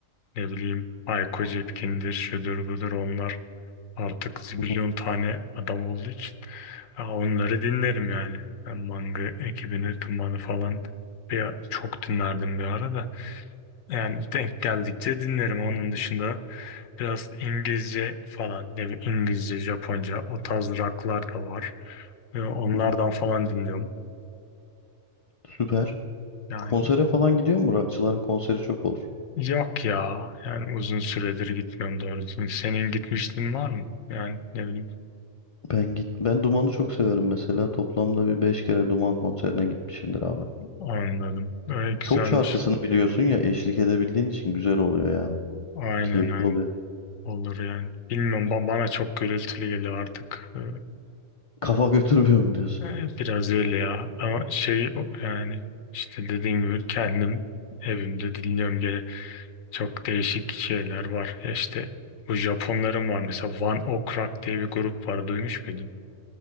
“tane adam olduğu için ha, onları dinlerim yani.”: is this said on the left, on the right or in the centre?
Left